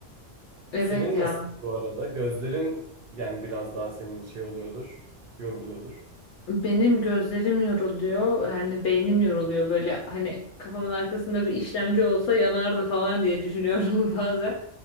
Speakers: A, on the left (about 80°); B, on the right (about 60°).
A: Evet
B: Senin
A: ya.
B: nasıl bu arada? Gözlerin yani biraz daha senin şey oluyordur, yoruluyordur.
A: Benim gözlerim yoruluyor. Yani beynim yoruluyor. Böyle hani kafamın arkasında bir işlemci olsa yanardı falan diye düşünüyorum <laughs> bazen.